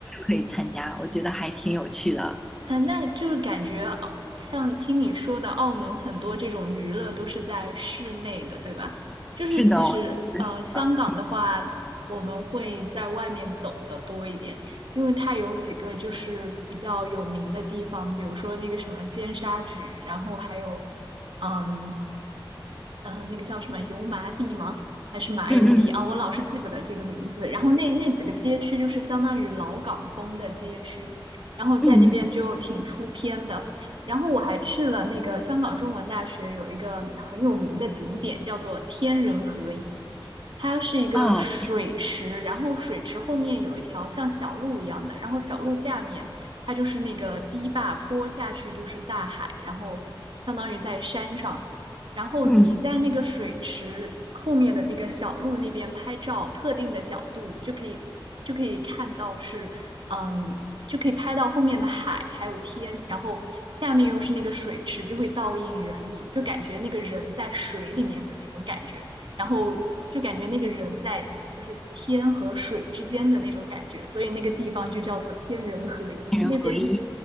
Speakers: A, in the centre; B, on the right.
A: 可以参加，我觉得还挺有趣的。
B: 嗯，呃那就是感觉澳像听你说的，澳门很多这种娱乐都是在室内的，对吧？就是其实，
A: 是的，我觉得是的，
B: 呃，香港的话，我们会在外面走的多一点，因为它有几个就是比较有名的地方，比如说那个什么尖沙咀，然后还有，嗯，呃，那个叫什么油麻地吗？还是麻油地啊？
A: 嗯嗯
B: 我老是记不得这个名字。然后那那几个街区就是相当于老港风的街区，然后在那边就挺出片的。
A: 嗯
B: 然后我还去了那个香港中文大学有一个很有名的景点，叫做天人合一，它是一个水池，
A: 嗯，哦，
B: 然后水池后面有一条像小路一样的，然后小路下面它就是那个堤坝，坡下去就是大海，然后相当于在山上。然后你在那个水池后面的那个小路那边拍照，
A: 嗯，
B: 特定的角度就可以就可以看到是，嗯，就可以拍到后面的海还有天，然后下面又是那个水池，就会倒映人影，就感觉那个人在水里面的那种感觉，然后就感觉那个人在就是天和水之间的那种感觉，所以那个地方就叫做天人合一。
A: 人合一，
B: 那边